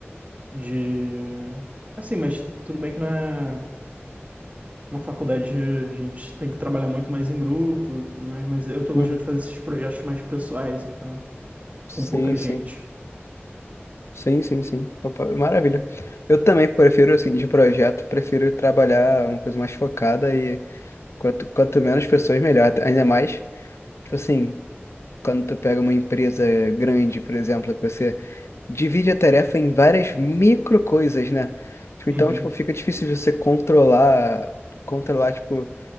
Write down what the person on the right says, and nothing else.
de... Assim, mas tudo bem que na, na faculdade a gente tem que trabalhar muito mais em grupo, tudo mais, mas eu tô gostando
de fazer esses projetos mais pessoais, entendeu?
Com pouca
gente.
Uhum.